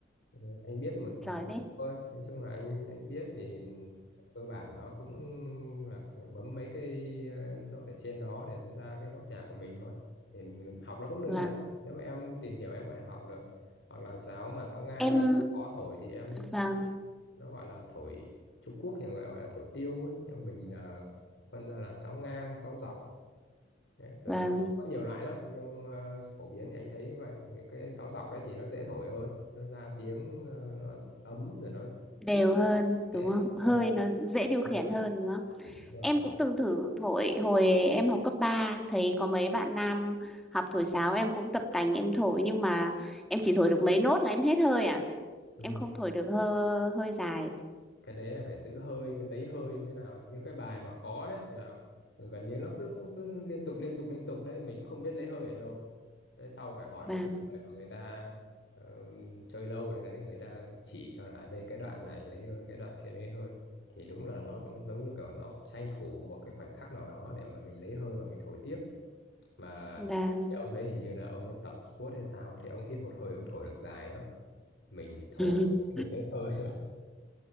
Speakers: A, on the left; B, in the centre.
A: ờ, anh biết một
B: Giỏi thế.
A: chút thôi. Nói chung là anh anh biết thì cơ bản nó cũng là bấm mấy cái ờ, nốt ở trên đó để nó ra cái nốt nhạc của mình thôi. Thì mình- học nó cũng đơn
B: Vâng.
A: giản. Nếu mà em tìm hiểu em có thể học được. Hoặc là sáo mà sáo ngang
B: Em
A: đấy, có thổi thì em
B: vâng,
A: nó gọi là thổi Trung Quốc thì người gọi là thổi tiêu ấy. nhưng mình là phân ra là sáo ngang sáo dọc đấy. rồi
B: vâng,
A: nó có nhiều loại lắm nhưng ờ, phổ biến thì anh thấy như vậy Thì cái sáo dọc đấy thì nó dễ thổi hơn nó ra tiếng ờ, nó ấm rồi nó
B: đều hơn
A: dễ
B: đúng không? Hơi
A: nó đậm
B: nó dễ điều khiển
A: hơn.
B: hơn đúng không?
A: đúng rồi
B: Em cũng từng thử thổi hồi em học cấp ba thấy có mấy bạn nam học thổi sáo em cũng tập tành em thổi nhưng mà em chỉ thổi được mấy nốt là em hết hơi à.
A: ừ.
B: Em không thổi được hơi hơi dài.
A: cái đấy là phải giữ hơi lấy hơi như thế nào những cái bài mà khó đấy là gần như nó cứ cứ liên tục liên tục liên tục đấy mình cũng không biết lấy hơi ở đâu đấy sau phải hỏi
B: Vâng,
A: mấy cái người mà người ta ờ, chơi lâu rồi đấy người ta chỉ cho là à, đây cái đoạn này lấy hơi cái đoạn kia lấy hơi thì đúng là nó cũng giống như kiểu nó tranh thủ một cái khoảnh khắc nào đó để mà mình lấy hơi và mình thổi tiếp mà
B: vâng.
A: cái ông đấy hình như là ông ấy tập suốt hay sao thì ông hít một hơi ông thổi được dài lắm mình thổi
B: <laughs>
A: mình hết hơi